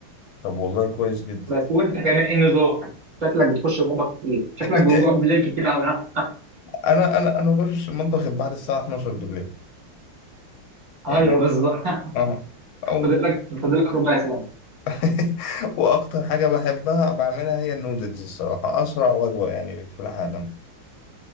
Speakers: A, on the left; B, on the right.
A: طب والله كويس جدا
B: بس وأنت كمان إيه النظام؟ شكلك بتخش المطبخ كتير شكلك
A: <laughs>
B: بتجوع بالليل كتير أوي ها؟
A: انا انا انا بخش المطبخ بعد الساعة 12 بالليل
B: أيوه
A: يعني
B: بالظبط <laughs>
A: اه او
B: فاضل لك فاضل لك ربع ساعة
A: <laughs> واكتر حاجه بحبها بعملها هي النودلز الصراحه اسرع وجبه يعني في العالم